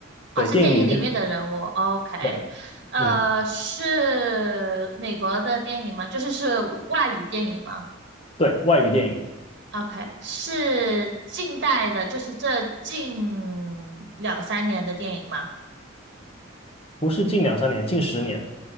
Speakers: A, on the right; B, on the left.
A: 哦，
B: 对，
A: 是电影里面的人物。
B: 电影里面的，
A: OK，
B: 对，
A: 呃，
B: 嗯，
A: 是美国的电影吗？就是是外语电影吗
B: 对，外语电影，
A: ？OK，是近代的，就是这近两三年的电影吗？
B: 不是近两三年，近十年，